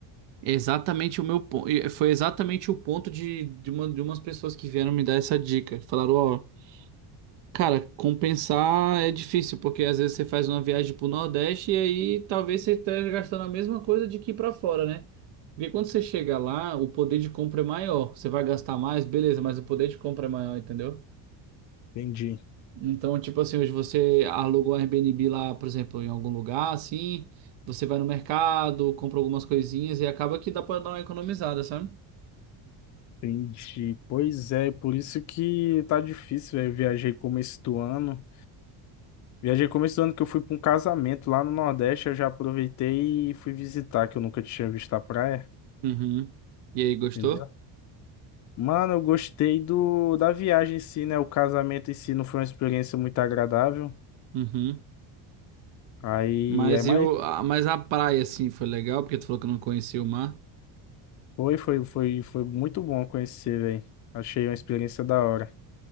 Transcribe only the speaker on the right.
Exatamente o meu ponto. Foi exatamente o ponto de, de, uma, de umas pessoas que vieram me dar essa dica. Falaram, ó, cara, compensar é difícil, porque às vezes você faz uma viagem pro Nordeste e aí talvez você esteja gastando a mesma coisa de que ir pra fora, né? Porque quando você chega lá, o poder de compra é maior. Você vai gastar mais, beleza, mas o poder de compra é maior, entendeu?
Então, tipo assim, hoje você alugou um Airbnb lá, por exemplo, em algum lugar, assim, você vai no mercado, compra algumas coisinhas e acaba que dá pra dar uma economizada, sabe?
Uhum. E aí, gostou?
Uhum.
Mas
e o, a, mas a praia, assim, foi legal, porque tu falou que não conhecia o mar.